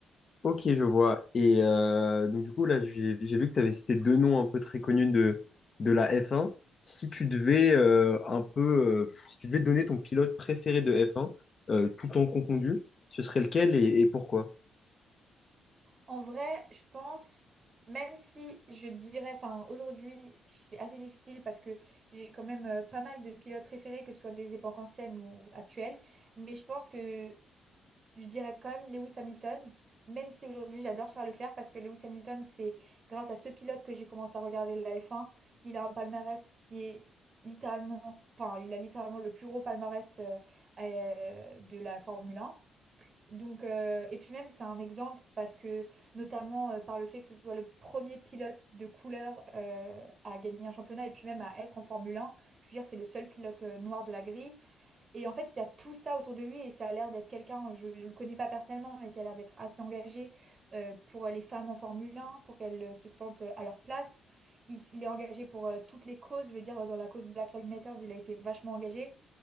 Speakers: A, on the left (about 40°); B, on the right (about 35°).
A: Ok, je vois. Et euh, donc, du coup, là, j'ai, j'ai vu que tu avais cité deux noms un peu très connus de, de la f un Si tu devais euh, un peu, euh, si tu devais donner ton pilote préféré de f un euh, tout en confondu, ce serait lequel et, et pourquoi?
B: En vrai, je pense, même si je dirais, enfin aujourd'hui c'est assez difficile parce que j'ai quand même euh, pas mal de pilotes préférés, que ce soit des époques anciennes ou actuelles, mais je pense que s- je dirais quand même Lewis Hamilton, même si aujourd'hui j'adore Charles Leclerc parce que Lewis Hamilton, c'est grâce à ce pilote que j'ai commencé à regarder la F1. Il a un palmarès qui est littéralement, enfin il a littéralement le plus gros palmarès euh, euh, de la Formule 1. Donc, euh, et puis même, c'est un exemple parce que, notamment euh, par le fait que ce soit le premier pilote de couleur euh, à gagner un championnat et puis même à être en Formule 1, je veux dire, c'est le seul pilote euh, noir de la grille. Et en fait, il y a tout ça autour de lui et ça a l'air d'être quelqu'un, je ne le connais pas personnellement, mais qui a l'air d'être assez engagé euh, pour euh, les femmes en Formule 1, pour qu'elles euh, se sentent à leur place. Il, s- il est engagé pour euh, toutes les causes, je veux dire, dans la cause Black Lives Matter, il a été vachement engagé